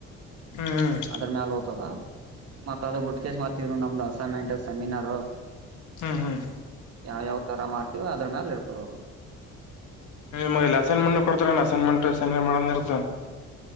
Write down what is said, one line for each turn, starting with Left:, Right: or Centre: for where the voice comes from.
Left: ಹ್ಮ್ ಹ್ಮ್
Right: ಅದರ ಮ್ಯಲ್ ಓ್ತದ ಮತ್ತ ಅದ ಬಿುಟ್ಕಸ್ ಮತಿದರು ನಮ್ದು ಅಸೈನ್ಮೆಂಟ್ ಸೆಮಿನಾರ್
Left: ಹ್ಮ್ ಹ್ಮ್
Right: ಯಾವ ಯಾವ್ ತರ ಮಾಡ್ತೀವ ಅದ್ರ ಮ್ಯಾಲ ಇರ್ತದ
Left: ಮಲ್ಲಿ ಅಸೈನ್ಮೆಂಟ್ ಕೊಡ್ತಾರಾನ ಅಸೈನ್ಮೆಂಟ್ ಸೈನ್ರ್ ಮಾಡ ಇರ್ತಾನ